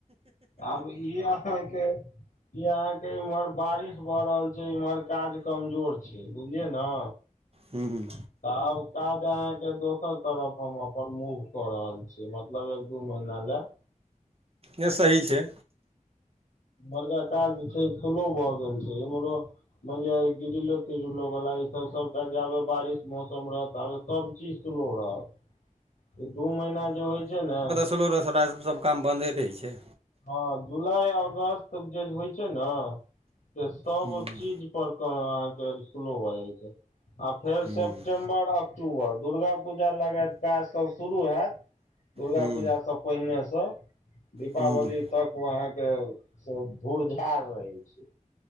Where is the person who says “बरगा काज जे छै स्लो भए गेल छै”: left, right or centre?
Left